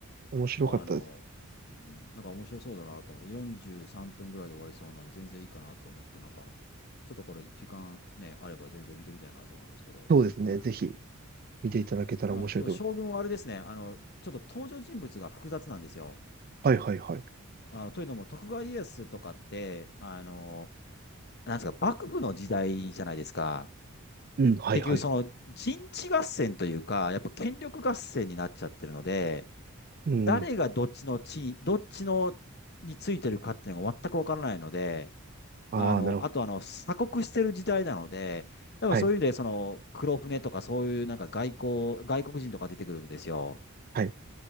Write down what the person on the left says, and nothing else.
あの、うん、なんか面白そうだなと思って、43分ぐらいで終わりそうなんで、全然いいかなと思って、なんか、ちょっとこれ、時間ね、あれば全然見てみたいなと思いますけど、
あの、でも将軍はあれですね、あの、ちょっと登場人物が複雑なんですよ。
あの、というのも、徳川家康とかって、あの、なんですか、幕府の時代じゃないですか。
結局、その人地合戦というか、やっぱ権力合戦になっちゃってるので、
誰がどっちの地位、どっちのについてるかっていうのが全くわからないので、
あの、
あとあの、鎖国してる時代なので、やっぱそういう意味で、
その、黒船とかそういうなんか外交、外国人とか出てくるんですよ。